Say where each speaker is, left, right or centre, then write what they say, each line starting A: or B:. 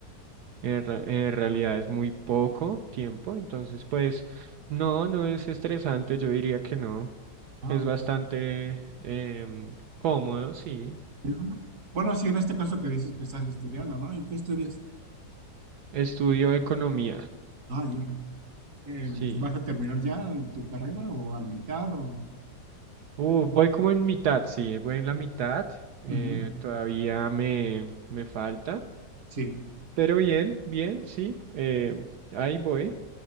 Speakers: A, on the right; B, on the right.
A: En, re- en realidad es muy poco tiempo, entonces pues no, no es estresante, yo diría que no.
B: Ah,
A: Es
B: ok,
A: bastante em, cómodo, sí.
B: ujú. Bueno, sí, en este caso que dices que estás estudiando, ¿no? ¿Y qué estudias?
A: Estudio economía,
B: Ah, ya, eh,
A: sí.
B: ¿vas a terminar ya tu carrera o a la mitad o...?
A: Uh, voy como en mitad, sí, voy en la mitad. eh,
B: Ujú,
A: todavía me, me falta,
B: Sí.
A: pero bien, bien, sí. eh, ahí voy.